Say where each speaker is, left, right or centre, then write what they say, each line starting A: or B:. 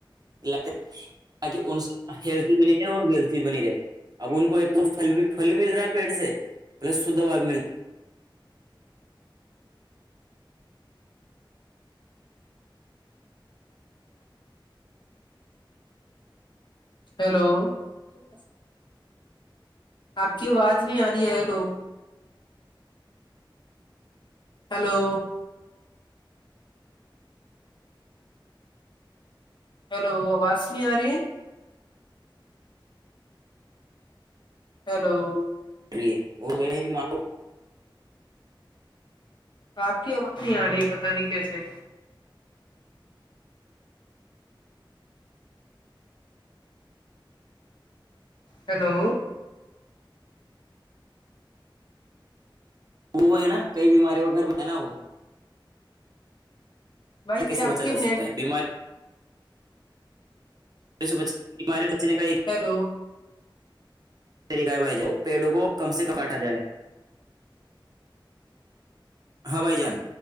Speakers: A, on the right; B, on the left.
A: ل تاکہ ان سے ہیل بنی رہے اور ول بھی بنی رہے اب ان کو ایک توھل بھی پھل مل رہا ہے پیٹ سے پلس شدھ واد مل رہا ہے
B: ہیلو ٹھیک ہے آپ کی آواز نہیں آ رہی ہے ہ لو ہیلو ہیلو آواز س نہیں آ رہی ہے ہیلو
A: ری وہ وسے بھی مار
B: آپ کی آواز نہیں آ رہی ہے بتانی کیسے ہیلو
A: وہ ہے نا کئی بیماریوں کا گھر پ ہے نا وہ
B: بھائی
A: کیسے
B: آپ
A: بچا
B: کی نیٹ
A: سکتا ہے بیماری سو پچیس کے مارے سچنے کا ایک
B: ہیلو
A: طریقہ ہے بھائی پیڑوں کو کم سے ک کاٹا جائے ہاں بھائی جان